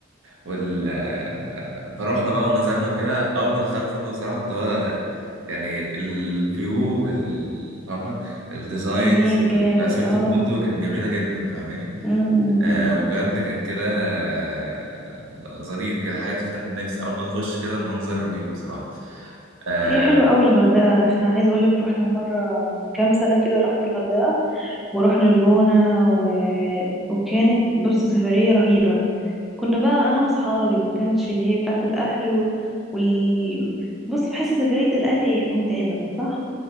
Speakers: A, on the right; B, in the centre.
A: وال آه، فروحنا بقى ونزلنا وكده اول ما دخلت الفندق صراحه اللي هو يعني الفيو وال فاهمه الديزاينز
B: جميل
A: وتقسيمه
B: جامد اه
A: الفندق كانت جميله جدا فاهماني
B: امم
A: آه
B: أمم.
A: وبجد كان كده آه، ظريف كده حاجه تفتح النفس اول ما تخش كده المنظر رهيب بصراحه آه
B: هي حلوة قوي الغردقة احنا عايزة اقولك رحنا مرة من كام سنة كده رحنا الغردقة ورحنا الجونة و... وكانت بص سفرية رهيبة كنا بقى انا واصحابي ما كانتش اللي هي بتاعت الاهل و... وال بص بحس سفرية الاهل ايه متعبة صح